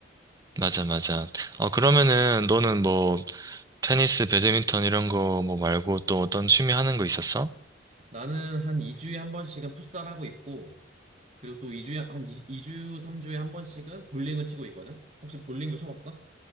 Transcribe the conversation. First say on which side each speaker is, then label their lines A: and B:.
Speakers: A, on the right; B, on the right.
A: 맞아, 맞아. 어, 그러면은 너는 뭐 테니스, 배드민턴 이런 거 뭐 말고 또 어떤 취미 하는 거 있었어?
B: 나는 한 2주에 한 번씩은 풋살하고 있고 그리고 또 2주에 한 2, 주 3주에 한 번씩은 볼링을 치고 있거든. 혹시 볼링도 쳐봤어?